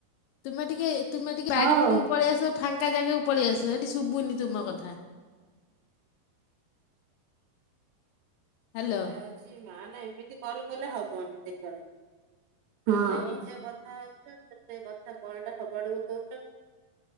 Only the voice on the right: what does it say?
ହଉ
ଏଇଟା ହଉଛି ମା ନା ଏମିତି ତି କଲ କଲେ ହବନି ଦେଖ। ହଁ
ନିଜ କଥା ସେ କଥା କଲ ଟା ସବୁଆଡକୁ ଦଉଚ